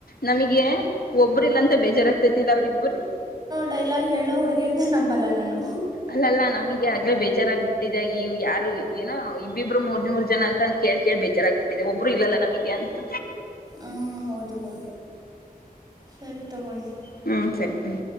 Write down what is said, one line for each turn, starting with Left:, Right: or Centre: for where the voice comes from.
Left: ನಮಗೆ ಒಬ್ಬ್ರ ಇಲ್ಲಾಂತ ಬೇಜಾರಾಗ್ತ್ತತಲ್ಲ ಅವ್ರಿಬ್ಬರು
Right: ಡೖಲಾಗ ಹೇಳೋ ಹುಡುಗೀಯರನ್ನ ನಂಬಲ್ಲಾ ನಾನು
Left: ಅಲ್ಲಲ್ಲಾ ನಮ್ಗಿ ಆಗ್ಲೇ ಬೇಜಾರಾಗಬಿಟ್ಟಿದೆ ಈ ಯಾರೋ ಏನೋ ಇಬ್ಬಿಬ್ರು ಮೂರ್ ಜನ ಅಂತನ ಕೇಳ್ ಕೇಳಿ ಬೇಜಾರಾಗ್ಬಿಟ್ಟಿದೆ ಒಬ್ಬರು ಇಲ್ಲಲಾ ನಮಗೆ ಅಂತ
Right: ಆಂ ಹೌದು ಹೌದು ಸರಿ ತಗೊಳ್ಳಿ
Left: ಹ್ಮ ಸರಿ ಹ್ಮ